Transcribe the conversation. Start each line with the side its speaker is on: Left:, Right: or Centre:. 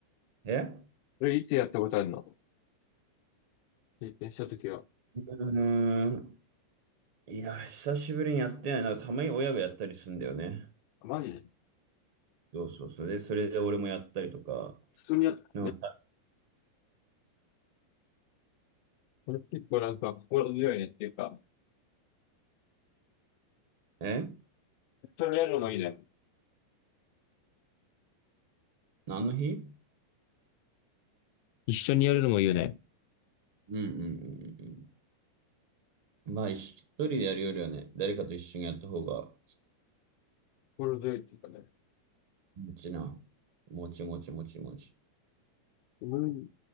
Right: え
Left: それいつやったことあるの経験したときは。
Right: うーん。いや、久しぶりにやってないな。たまに親がやったりするんだよね。
Left: マジで
Right: そうそうそう。で、それで俺もやったりとか。
Left: 普通にやった。
Right: でもた
Left: ねこれ結構なんか心強いねっていうか、
Right: え
Left: 一緒にやるのもいいね。
Right: 何の日
Left: 一緒にやるのもいいよね。
Right: うんうんうんうんまあ、一一人でやるよりはね、誰かと一緒にやった方が、
Left: 心強いっていうかね。
Right: もちな。もちもちもちもち。
Left: ムー、